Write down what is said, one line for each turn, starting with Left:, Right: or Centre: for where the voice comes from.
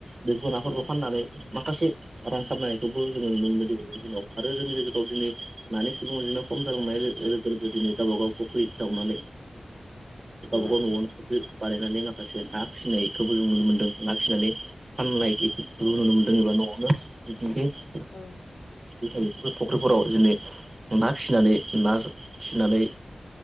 Right: बेफोरखौ नाफोरखौ
Left: औ
Right: फाननानै माखासे रां खामानायखौबो जोङो नुनो मोनो दिनैनि दिनाव आरो जोंनि गेजेराव दिनै मानि सुबुंनो खम नाय लोगो-लोगो दिनै गावबा गाव फुख्रि जावनानै
Left: <inaudible>
Right: गाबखौ
Left: ओं
Right: न'आवनो बानायनानै माखासे ना फिसिनायखौबो जों नुनो मोन्दों ना फिसिनानै फानलायबो
Left: औ
Right: नुनो मोन्दों <unintelligible>
Left: औ
Right: थायो बेफोर फुख्रिफोराव जोंनि ना फिसिनानै ना फिसिनानै